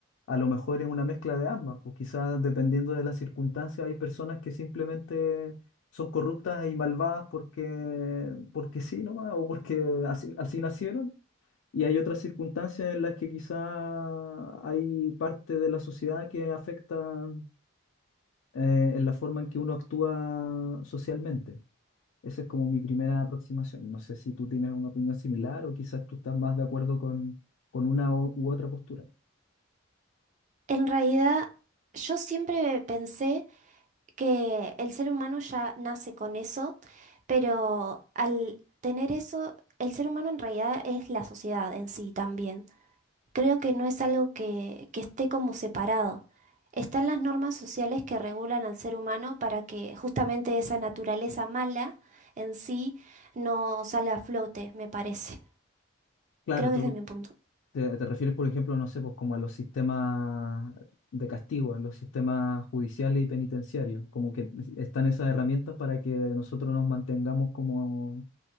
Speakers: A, on the left; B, on the right.
A: A lo mejor es una mezcla de ambas, pues quizás dependiendo de las circunstancias hay personas que simplemente son corruptas y malvadas porque, porque sí nomás o porque así, así nacieron y hay otras circunstancias en las que quizá hay parte de la sociedad que afecta eh, en la forma en que uno actúa socialmente. Esa es como mi primera aproximación. No sé si tú tienes una opinión similar o quizás tú estás más de acuerdo con, con una u, u otra postura.
B: En realidad, yo siempre pensé que el ser humano ya nace con eso, pero al tener eso, el ser humano en realidad es la sociedad en sí también. Creo que no es algo que, que esté como separado. Están las normas sociales que regulan al ser humano para que justamente esa naturaleza mala en sí no salga a flote, me parece.
A: Claro,
B: Creo
A: tú
B: que ese es mi punto.
A: te, te refieres, por ejemplo, no sé, pues como a los sistemas de castigo, a los sistemas judiciales y penitenciarios, como que están esas herramientas para que nosotros nos mantengamos como